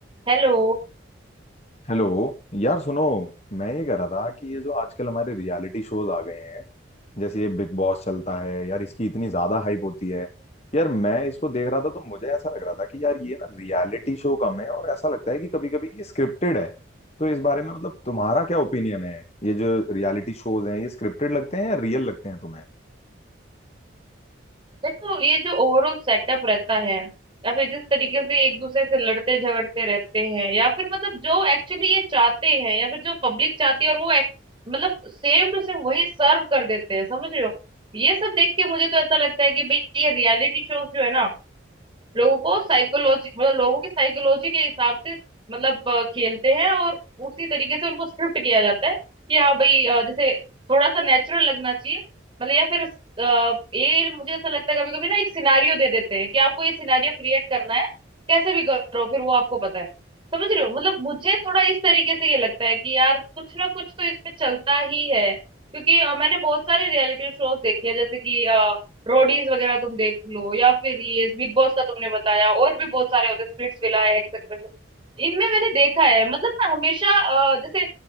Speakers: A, on the right; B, on the left.
A: Hello
B: Hello यार सुनो मैं ये कह रहा था कि ये जो आजकल हमारे रियलिटी शोज आ गए हैं जैसे ये बिग बॉस चलता है यार इसकी इतनी ज्यादा हाइप होती है यार मैं इसको देख रहा था तो मुझे ऐसा लग रहा था कि यार ये ना रियलिटी शो कम है और ऐसा लगता है कि कभी कभी ये स्क्रिप्टेड है तो इस बारे में मतलब तुम्हारा क्या ओपिनियन है ये जो रियलिटी शोज हैं ये स्क्रिप्टेड लगते हैं या रियल लगते हैं तुम्हें
A: देखो ये जो ओवरऑल सेटअप रहता है या फिर जिस तरीके से एक दूसरे से लड़ते झगड़ते रहते हैं या फिर मतलब जो एक्चुअली ये चाहते हैं या फिर जो पब्लिक चाहती है और वो act- मतलब सेम टू सेम वही सर्व कर देते हैं समझ रहे हो ये सब देख के मुझे तो ऐसा लगता है कि भाई ये रियलिटी शोज जो है ना लोगों को साइकोलॉजी मतलब लोगों की साइकोलॉजी के हिसाब से मतलब अ, खेलते हैं और उसी तरीके से उनको स्क्रिप्ट किया जाता है कि हाँ भाई अ, जैसे थोड़ा सा नेचुरल लगना चाहिए मतलब या फिर अ, ये मुझे ऐसा लगता है कभी कभी ना एक सिनारियो दे देते हैं कि आपको ये सिनारियो क्रिएट करना है कैसे भी करो फिर वो आपको पता है समझ रहे हो मतलब मुझे थोड़ा इस तरीके से ये लगता है कि यार कुछ ना कुछ तो इसमें चलता ही है क्योंकि अ, मैंने बहुत सारे रियलिटी शोज देखे हैं जैसे कि रोडीज वगैरह तुम देख लो या फिर ये बिग बॉस का तुमने बताया और भी बहुत सारे होते हैं स्प्लिट्स विला है एक्सेट्रा इनमें मैंने देखा है मतलब ना हमेशा अ, जैसे